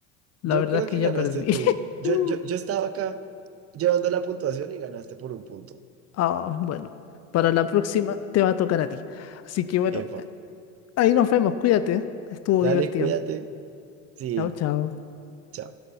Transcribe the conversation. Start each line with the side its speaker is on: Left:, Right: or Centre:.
Left: La
Right: Yo
Left: verdad
Right: creo
Left: es que
Right: que
Left: ya
Right: ganaste
Left: perdí.
Right: tú. Yo,
Left: <laughs>
Right: yo, yo estaba acá llevando la puntuación y ganaste por un punto.
Left: Ah, bueno, para la próxima te va a tocar a ti. Así que bueno,
Right: Epa,
Left: ahí nos vemos, cuídate, estuvo
Right: dale,
Left: divertido.
Right: cuídate. Sí,
Left: Chao, chao.
Right: chao.